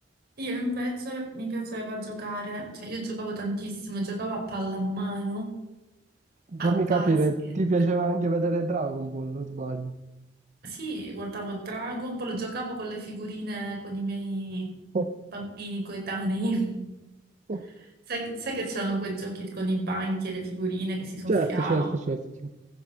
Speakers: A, on the right; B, on the right.
A: Io invece mi piaceva giocare, cioè io giocavo tantissimo, giocavo a pallamano,
B: Fammi
A: a basket.
B: capire, ti piaceva anche vedere Dragon Ball, o sbaglio?
A: Sì, guardavo Dragon, poi lo giocavo con le figurine con i miei
B: Oh,
A: bambini coetanei. <laughs>
B: oh,
A: Sai, sai che c'erano quei giochi con i banchi e le figurine che si soffiavano?
B: Certo, certo, certo. sì.